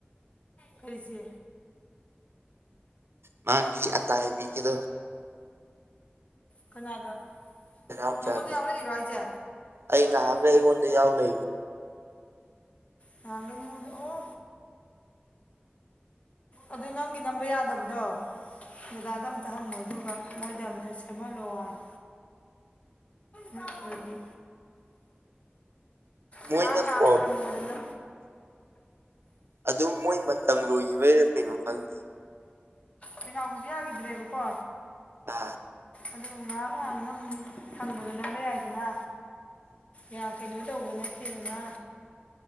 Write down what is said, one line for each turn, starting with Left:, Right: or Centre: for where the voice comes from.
Left: ꯀꯔꯤ ꯆꯦ
Right: ꯃꯥꯒꯤ ꯑꯇꯥꯏꯕꯤꯒꯤꯗꯣ
Left: ꯀꯅꯥꯗ
Right: ꯅꯅꯥꯎ
Left: ꯅꯪꯉꯣꯟꯗ
Right: ꯆꯥꯗ
Left: ꯌꯥꯎꯔꯛꯏꯔꯣ ꯍꯥꯏꯁꯦ
Right: ꯑꯩ ꯉꯍꯥꯟꯈꯩ ꯑꯩꯉꯣꯟꯗ ꯌꯥꯎ ꯂꯩꯅꯤ
Left: ꯅꯍꯟꯒꯦ ꯅꯪꯑꯣꯟꯗ ꯑꯣ ꯑꯗꯨ ꯅꯪꯒꯤ ꯅꯝꯕ ꯌꯥꯗꯕꯗꯣ ꯗꯗꯥꯗ ꯑꯝꯇ ꯍꯪꯉꯣ ꯑꯗꯨꯒ ꯃꯣꯏꯗ ꯑꯝꯇ ꯁꯦꯝꯍꯜꯂꯛꯑꯣ ꯍꯥꯏꯌꯦ ꯅꯠꯇ꯭ꯔꯗꯤ
Right: ꯃꯣꯏꯅ
Left: ꯉꯥꯍꯛ ꯉꯥꯍꯛ
Right: ꯀꯣ
Left: ꯁꯪꯉꯨꯗꯅ
Right: ꯑꯗꯨꯝ ꯃꯣꯏ ꯃꯇꯝ ꯂꯣꯏꯈꯤꯕꯩꯩꯔ ꯀꯩꯅꯣ ꯈꯪꯗꯦ
Left: ꯀꯦꯅꯥꯎ ꯒꯤꯖꯨ ꯌꯥꯈꯤꯗ꯭ꯔꯦꯕꯀꯣ
Right: ꯑꯥ
Left: ꯑꯗꯨ ꯉꯥꯏꯍꯥꯛ ꯉꯥꯏꯍꯥꯛ ꯅꯝ ꯐꯪꯕꯗ ꯅꯝꯕ ꯌꯥꯏꯗꯅ ꯌꯥꯝ ꯀꯩꯅꯣ ꯇꯧꯕ ꯅꯠꯇꯦꯗꯅ